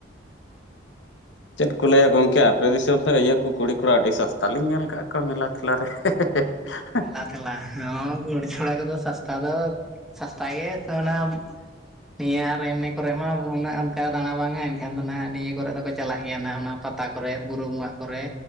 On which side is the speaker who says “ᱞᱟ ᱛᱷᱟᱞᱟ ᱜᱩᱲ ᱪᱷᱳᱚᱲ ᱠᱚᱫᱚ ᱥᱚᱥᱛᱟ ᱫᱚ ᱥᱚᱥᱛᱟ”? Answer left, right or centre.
Centre